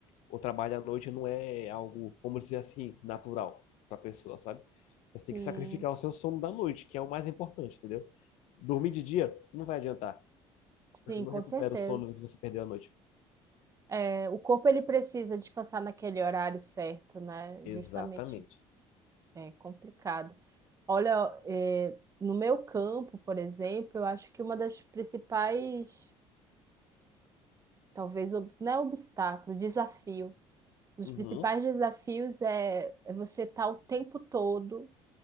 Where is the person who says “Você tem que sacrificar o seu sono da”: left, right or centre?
Left